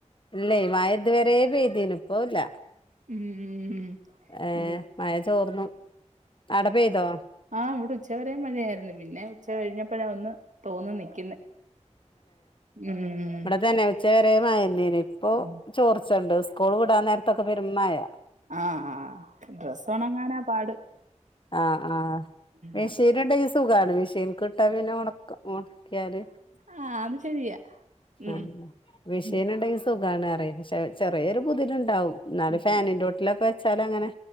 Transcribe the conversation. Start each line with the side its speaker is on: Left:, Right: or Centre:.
Left: ഇല്ലയ് മഴ ഇതുവരെ പെയ്തീനു പ്പോ ഇല്ല
Right: ഉം ഉം ഉം.
Left: ഏ
Right: ഇവി
Left: മയ ചോർന്നു അടേ പെയ്തോ
Right: ആഹ് ഇവിടെ ഉച്ചവരെ മഴയായിരുന്നു പിന്നെ ഉച്ച കഴിഞ്ഞപ്പോഴാ ഒന്ന് തോന്ന് നിക്കിന്നേ മ്
Left: ഇവടെ തന്നെ ഉച്ചവരെ മയെന്നെ യ്നി ഇപ്പോ
Right: ഉം.
Left: ചോർച്ചണ്ട് സ്കൂള് വിടാൻ നേരത്തൊക്കെ പെരുംമയ
Right: ആഹ് ആഹ് ഡ്രസ്സൊണങ്ങാനാ പാട്
Left: ആഹ് ആഹ്
Right: ഉം,
Left: മെഷീന്ണ്ടങ്കി
Right: അത്
Left: സുഖാണ് മെഷീന്ക്ക്ട്ടാ പിന്നെ ഒണക്ക ഒണക്കിയാല്
Right: ആഹ് അത് ശരിയാ ഉം
Left: അ മിഷീനുണ്ടെങ്കി
Right: ഉം
Left: സുഖാണ് റയ് പക്ഷെ ചെറിയൊരു പുതിലുണ്ടാവും ന്നാലും
Right: ഉം
Left: ഫാനിന്റോ ലപ്പൊ വെച്ചാലങ്ങനെ